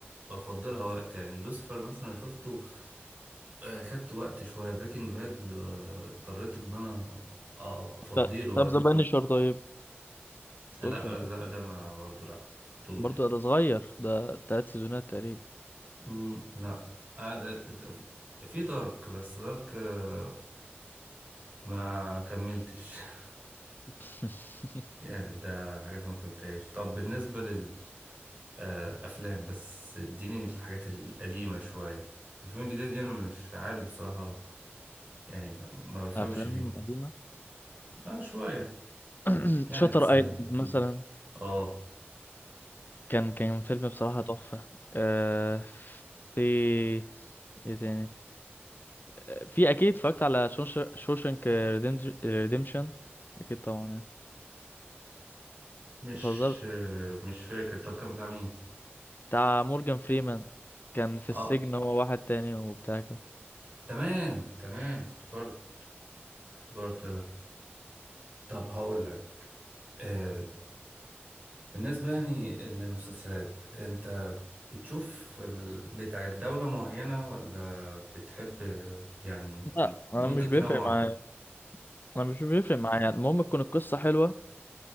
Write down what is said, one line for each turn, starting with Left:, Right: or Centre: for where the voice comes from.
Right: بفضلها وقت يعني لوسيفر مثلا شفته آه، خدت وقت شوية بريكنج باد آه، اضطريت إن أنا آه، أفضيله
Left: طب
Right: وقت
Left: طب ذا بانشر طيب
Right: لا
Left: تقولش لا
Right: ده, ده ما برضه لا مشفتوش
Left: برضه ده صغير ده تلات سيزونات تقريبا
Right: مم، لا آه، في دارك بس دارك آه، ما كملتش <laughs>
Left: <laughs>
Right: يعني ده حاجات ما قابلتهاش طب بالنسبة لل آه، أفلام بس اديني الحاجات القديمة شوية الأفلام الجديدة دي أنا مش عارف بصراحة يعني ما ما بفهمش
Left: افلام
Right: فيها
Left: قديمة
Right: اه شوية
Left: <clears throat>
Right: يعني
Left: شاتر
Right: سنة
Left: ايلاند مثلا
Right: اه
Left: كان كان فيلم بصراحة تحفة آه في ايه تاني آه، في اكيد اتفرجت على شوشنك ريديمشن اكيد طبعا يعني
Right: مش
Left: متهزرش
Right: آه، مش فاكر طب كان بتاع مين
Left: بتاع مورجان فريمان كان في
Right: اه
Left: السجن هو واحد تاني وبتاع كده
Right: تمام تمام افتكرت افتكرت طب هقول لك آه، بالنسبة يعني للمسلسلات انت بتشوف ال... بتاع دولة معينة ولا بتحب يعني
Left: لا
Right: ممكن
Left: انا مش بيفرق
Right: تنوع
Left: معايا انا مش بيفرق معايا المهم تكون القصة حلوة